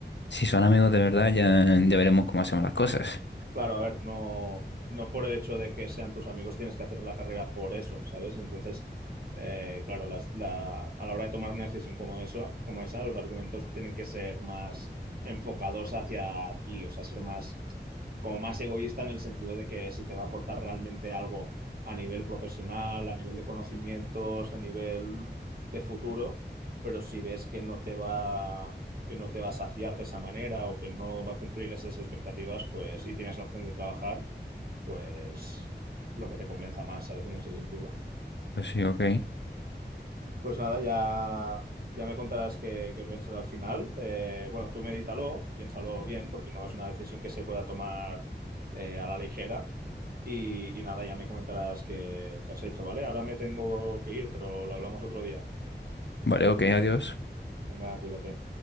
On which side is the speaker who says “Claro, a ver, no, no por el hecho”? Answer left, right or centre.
Right